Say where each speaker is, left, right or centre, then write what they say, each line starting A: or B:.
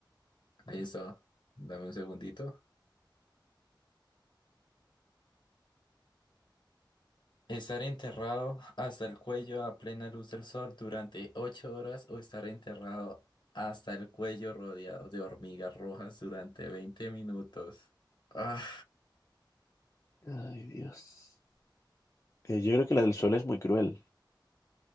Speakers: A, on the left (about 65°); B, on the left (about 35°).
A: <laughs> Listo, dame un segundito. Estar enterrado hasta el cuello a plena luz del sol durante ocho horas o estar enterrado hasta el cuello rodeado de hormigas rojas durante 20 minutos. Ah,
B: Ay, Dios. Eh, yo creo que la del sol es muy cruel,